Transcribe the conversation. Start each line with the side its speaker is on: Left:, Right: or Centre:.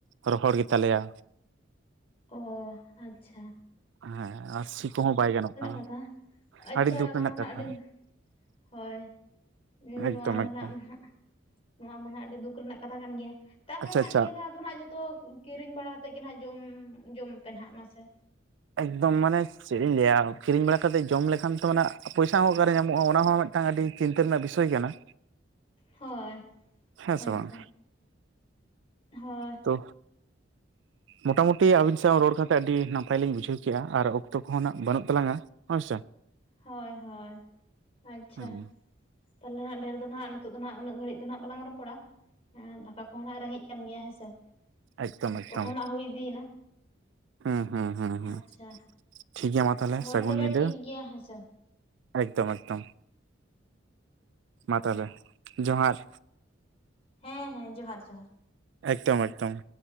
Right: ᱨᱚᱦᱚᱲ ᱜᱮᱛᱟᱞᱮᱭᱟ᱾
Left: ᱚ ᱟᱪᱷᱟ᱾
Right: ᱦᱮᱸ ᱟᱨ ᱥᱤ ᱠᱚᱦᱚᱸ ᱵᱟᱭ ᱜᱟᱱᱚᱜ ᱠᱟᱱᱟ,
Left: ᱠᱟᱛᱷᱟ ᱟᱪᱪᱷᱟ
Right: ᱟᱹᱰᱤ ᱫᱩᱠ
Left: ᱚᱱᱟ
Right: ᱨᱮᱱᱟᱜ
Left: ᱢᱟ ᱱᱟᱜ
Right: ᱠᱟᱛᱷᱟ᱾
Left: ᱟᱹᱰᱤ ᱦᱳᱭ ᱱᱚᱣᱟ
Right: ᱮᱠᱫᱚᱢ
Left: ᱨᱮᱱᱟᱜ
Right: ᱮᱠᱫᱚᱢ
Left: ᱱᱟᱦᱟᱜ ᱱᱚᱣᱟ ᱢᱟ ᱟᱹᱰᱤ ᱫᱩᱠ ᱨᱮᱱᱟᱜ ᱠᱟᱛᱷᱟ ᱠᱟᱱ ᱜᱮᱭᱟ, ᱛᱟᱦᱚᱞᱮ
Right: ᱟᱪᱪᱷᱟ ᱟᱪᱪᱷᱟ
Left: ᱱᱤᱭᱟᱹ ᱫᱚᱷᱟᱣ ᱟᱫᱚ ᱱᱟᱜ ᱡᱚᱛᱚ ᱠᱤᱨᱤᱧ ᱵᱟᱲᱟ ᱛᱮ ᱜᱮ ᱱᱟᱦᱟᱜ ᱡᱚᱢ, ᱡᱚᱢ ᱯᱮ ᱱᱟᱦᱟᱜ ᱢᱟᱥᱮ᱾
Right: ᱮᱠᱫᱚᱢ ᱢᱟᱱᱮ ᱪᱮᱫ ᱤᱧ ᱞᱟᱹᱭᱟ, ᱠᱤᱨᱤᱧ ᱵᱟᱲᱟ ᱠᱟᱛᱮᱫ ᱡᱚᱢ ᱞᱮᱠᱷᱟᱱ ᱛᱚ ᱚᱱᱟᱜ ᱯᱚᱭᱥᱟ ᱦᱚᱸ ᱚᱠᱟᱨᱮ ᱧᱟᱢᱚᱜᱼᱟ, ᱚᱱᱟ ᱦᱚᱸ ᱢᱤᱫᱴᱟᱝ ᱟᱹᱰᱤ ᱪᱤᱱᱛᱟᱹ ᱨᱮᱱᱟᱜ ᱵᱤᱥᱚᱭ ᱠᱟᱱᱟ᱾
Left: ᱦᱳᱭ᱾
Right: ᱦᱮᱸ ᱥᱮ
Left: ᱟᱪᱪᱷᱟ
Right: ᱵᱟᱝ?
Left: ᱦᱳᱭ
Right: ᱛᱳ ᱢᱚᱴᱟᱢᱩᱴᱤ ᱟᱵᱤᱱ ᱥᱟᱶ ᱨᱚᱲ ᱠᱟᱛᱮ ᱟᱹᱰᱤ ᱱᱟᱯᱟᱭ ᱞᱤᱧ ᱵᱩᱡᱷᱟᱹᱣ ᱠᱮᱜᱼᱟ, ᱟᱨ ᱚᱠᱛᱚ ᱠᱚᱦᱚᱸ ᱱᱟᱜ ᱵᱟᱹᱱᱩᱜ ᱛᱟᱞᱟᱝᱼᱟ᱾ ᱦᱳᱭ ᱥᱮ᱾
Left: ᱦᱳᱭ ᱦᱳᱭ, ᱟᱪᱪᱷᱟ᱾
Right: ᱦᱮᱸ
Left: ᱛᱟᱦᱚᱞᱮ ᱦᱟᱸᱜ ᱰᱷᱮᱨ ᱫᱚ ᱱᱟᱜ ᱱᱤᱛᱚᱜ ᱫᱚ ᱱᱟᱜ ᱩᱱᱟᱹᱜ ᱜᱷᱟᱹᱲᱤᱡ ᱫᱚ ᱵᱟᱞᱟᱝ ᱨᱚᱯᱚᱲᱟ᱾ ᱦᱮᱸ ᱫᱟᱠᱟ ᱠᱚᱦᱚᱸ ᱱᱟᱜ ᱨᱮᱸᱜᱮᱡ ᱠᱟᱱ ᱜᱮᱭᱟ ᱦᱮᱸᱥᱮ,
Right: ᱮᱠᱫᱚᱢ
Left: ᱚᱠᱛᱚ
Right: ᱮᱠᱫᱚᱢ
Left: ᱠᱚᱦᱚᱸ ᱱᱟᱜ ᱦᱩᱭ ᱤᱫᱤᱭᱮᱱᱟ᱾
Right: ᱦᱮᱸ ᱦᱮᱸ ᱦᱮᱸ ᱦᱮᱸ
Left: ᱟᱪᱪᱷᱟ
Right: ᱴᱷᱤᱠ ᱜᱮᱭᱟ ᱢᱟ ᱛᱟᱦᱚᱞᱮ
Left: ᱦᱳᱭ
Right: ᱥᱟᱹᱜᱩᱱ
Left: ᱛᱚᱵᱮ
Right: ᱧᱤᱫᱟᱹ
Left: ᱴᱷᱤᱠᱜᱮᱭᱟ ᱦᱮᱸᱥᱮ᱾
Right: ᱮᱠᱫᱚᱢ, ᱮᱠᱫᱚᱢ ᱢᱟ ᱛᱟᱦᱚᱞᱮ ᱡᱚᱦᱟᱨ᱾
Left: ᱦᱮᱸ ᱦᱮᱸ ᱡᱚᱦᱟᱨ ᱡᱚᱦᱟᱨ᱾
Right: ᱮᱠᱫᱚᱢ ᱮᱠᱫᱚᱢ᱾